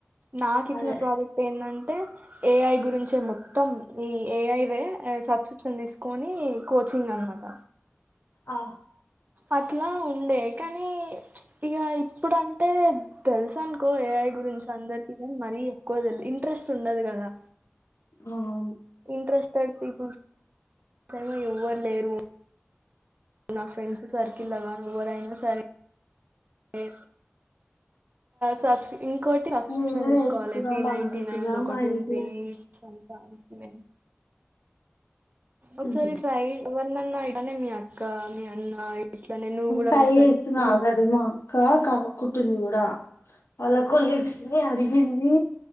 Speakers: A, on the right (about 40°); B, on the left (about 80°).
A: నాకు ఇచ్చిన
B: అదే
A: ప్రాజెక్ట్ ఏందండి. అతే ఏఐ గురించ మొత్తం. ఈ ఏఐ వే సబ్స్క్రిప్షన్ తీసుకొని కోచింగ్ అనమాట.
B: అ
A: అట్లా ఉండే కానీ ఇగా ఇప్పుడంటే తెలుసనుకో ఏఐ. ఎప్పుడో తెలుసఅందరికీ కానీ మరి. కొదల్ ఇంట్రెస్ట్ ఉండదు కదా.
B: అవును
A: ఇంటంట్రెస్ట్ పెడితిగొ. ఇంట్లోమో ఎవ్వరు లేరు. నా ఫ్రెండ్స్ సర్కిల్ లాగానీ ఎవరైనా సరే. ఏ సాశీ ఇంకొటి సబ్స్క్రిప్షన్
B: నేను వేసుకుదాం
A: తీసుకోవాలి త్రీ నైన్టీ
B: అనుకుంటున్నా
A: నైన్ లో ఒకటి
B: మా ఇంట్లో
A: ఉంది సెవెన్ నైన్టీ నైన్ ఒకసారి
B: ఉహు.
A: ట్రయి వన్నన్నా గనే మీ అక్క మీ అన్న ఇట్లానే నువ్వు కూడా
B: టై
A: మీ ఫ్రెండ్స్
B: ఇస్తున్నా
A: కి
B: ఆల్రెడీ మా కా కమ్మ్కుట్టిని కూడా. వాల కొలీగ్స్ ని అడిగింది.